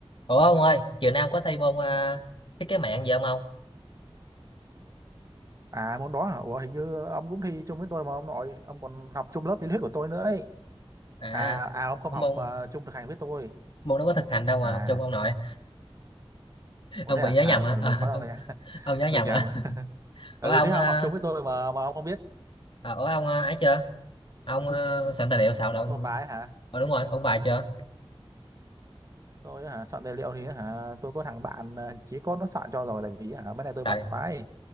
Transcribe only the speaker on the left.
Ủa ông ơi, chiều nay ông có thi môn à, thiết kế mạng gì không ông?
À,
ủa
môn
môn nó có thực hành đâu mà
học chung ông nội.
Ông
bị
nhớ
nhầm
hả?
Ờ,
ông
ông nhớ nhầm
hả?
Ủa
ông
à,
à, ủa ông à, ấy chưa? Ông à, soạn tài liệu soạn đâu?
Ờ đúng rồi, ông bài chưa?
Trời,